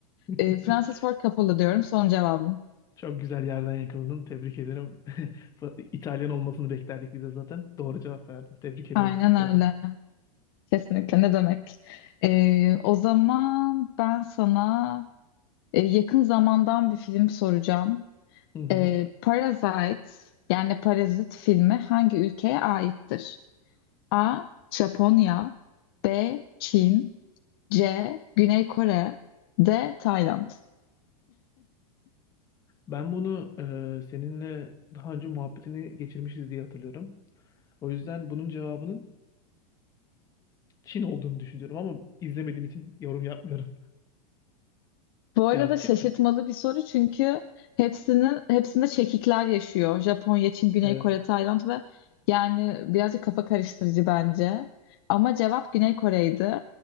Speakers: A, on the left; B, on the left.
A: <laughs>
B: E, Francis Ford Coppola diyorum son cevabım.
A: Çok güzel yerden yakaladın. Tebrik ederim. <laughs> İtalyan olmasını beklerdik biz de zaten. Doğru cevap verdin. Tebrik ediyorum
B: Aynen
A: tekrardan.
B: öyle. Kesinlikle ne demek. E, o zaman ben sana e, yakın zamandan bir film soracağım.
A: Hı hı.
B: Ee, Parasite yani Parazit filmi hangi ülkeye aittir? A. Japonya B. Çin C. Güney Kore D. Tayland
A: Ben bunu e, seninle daha önce muhabbetini geçirmişiz diye hatırlıyorum. O yüzden bunun cevabının Çin olduğunu düşünüyorum ama izlemediğim için yorum yapmıyorum.
B: Bu
A: Cevapçı
B: arada şaşırtmalı
A: mı?
B: bir soru çünkü hepsinin hepsinde çekikler yaşıyor. Japonya, Çin, Güney
A: Evet.
B: Kore, Tayland ve yani birazcık kafa karıştırıcı bence. Ama cevap Güney Kore'ydi.